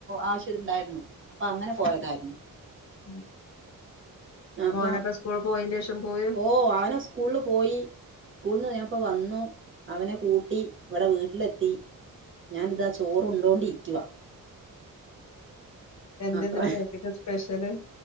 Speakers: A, on the right; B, on the left.
A: ആവശ്യം ഉണ്ടായിരുന്നു അപ്പൊ അങ്ങനെ പോയതായിരുന്നു
B: ഉം
A: അപ്പൊ
B: മോനൊക്കെ സ്കൂള് പോയേന്റേഷം പോവേ
A: ഓഹ് അവന് സ്കൂളിൽ പോയി സ്കൂളിന്ന് ഞപ്പോ വന്നു അവനെ കൂട്ടി ഇവിടെ വീട്ടിലെത്തി ഞാനിതാ ചോറ് ഉണ്ടോണ്ടി ഇരിക്ക
B: എന്തെന്നാ
A: അത്ര
B: ചോറിന് സ്പെഷ്യല്